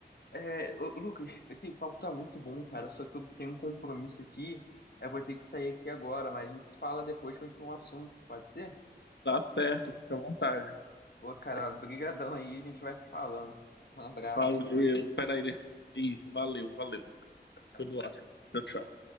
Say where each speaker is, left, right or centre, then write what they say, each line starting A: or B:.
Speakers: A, on the left; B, on the left.
A: É, ô, Lucas, aqui o papo tá muito bom, cara. Só que eu tenho um compromisso aqui. Eu vou ter que sair aqui agora, mas a gente se fala depois, continua o assunto, pode ser?
B: Tá certo, fica à vontade.
A: Pô, cara, <laughs> brigadão aí, a gente vai se falando. Um abraço,
B: Valeu,
A: hein?
B: peraí, deixa- isso, valeu, valeu.
A: Tchau, tchau.
B: Tudo ótimo. Tchau, tchau.